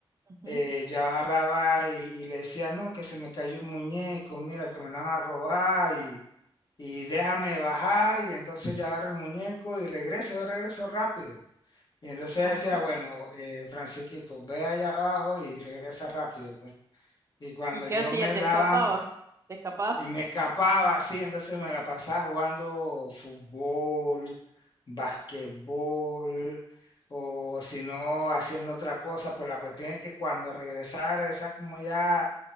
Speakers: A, on the right; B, on the left.
A: Ujú,
B: eh, yo agarraba y, y le decía, no, que se me cayó un muñeco, mira, que me lo van a robar y, y déjame bajar. Y entonces yo agarro el muñeco y regreso, yo regreso rápido. Y entonces
A: Ajá.
B: decía, bueno, eh, Francisquito, ve allá abajo y regresa rápido, pues. Y cuando
A: ¿Y qué
B: yo
A: hacías?
B: me
A: ¿Te
B: daban
A: escapabas? ¿Te escapabas?
B: y me escapaba así, entonces me la pasaba jugando fútbol, basquetbol, o si no, haciendo otra cosa. Pero la cuestión es que cuando regresaba, regresaba como ya